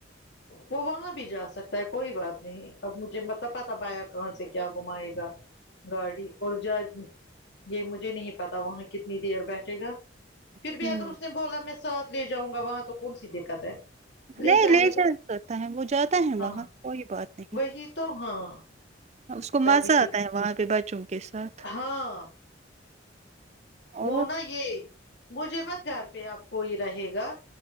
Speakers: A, on the left; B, on the right.
A: وہ وہاں بھی جا سکتا ہے کوئی بات نہیں اب مجھے مطلب پتا بایا کہاں سے کیا گھمائے گا گاڑی اور جا یہ مجھے نہیں پتا وہاں کتنی دیر بیٹھے گا پھر
B: ہوں
A: بھی اگر اس نے بولا میں ساتھ لے جاؤں گا وہاں تو کون سی دقت ہے
B: نہیں
A: جانے
B: لے
A: تو
B: جا جاتا ہے وہ ہے
A: ہاں
B: وہاں کوئی بات نہیں
A: وہی تو ہاں
B: اس کو
A: تبھی
B: مزہ
A: ٹھیک
B: آتا ہے وہاں پہ بچوں کے ساتھ
A: ہاں وہ
B: اور
A: یہ مجھے مت گھر پہ آب کوئی رہے گا